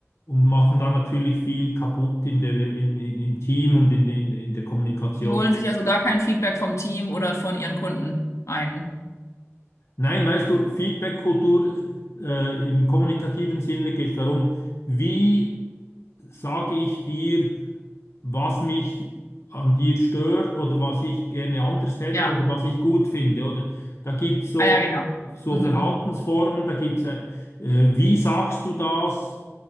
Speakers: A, on the left; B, on the left.
A: und machen da natürlich viel kaputt in der, im, im im Team und in, in, in der Kommunikation.
B: Die holen sich also gar kein Feedback vom Team oder von ihren Kunden ein.
A: Nein, weißt du, Feedback-Kultur äh, im kommunikativen Sinne geht es darum, wie sage ich dir, was mich an dir stört oder was ich gerne anders hätte
B: Ja,
A: oder was ich gut finde. Oder da gibt es so,
B: ah ja, genau.
A: so
B: Mhm.
A: Verhaltensformen, da gibt es, äh, äh, wie sagst du das?